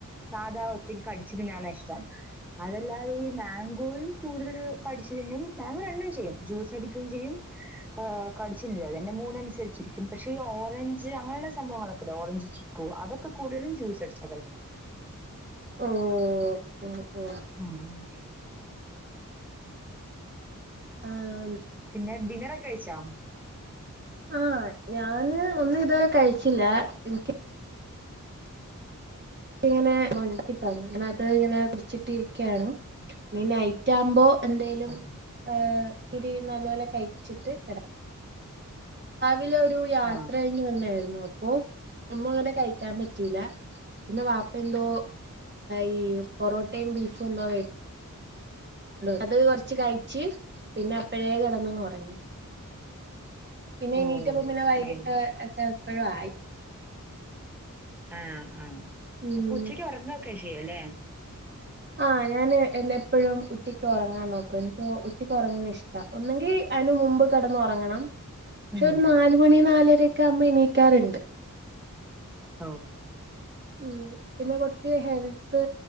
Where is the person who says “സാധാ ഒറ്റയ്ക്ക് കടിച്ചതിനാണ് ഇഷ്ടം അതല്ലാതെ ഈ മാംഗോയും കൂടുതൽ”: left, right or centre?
Centre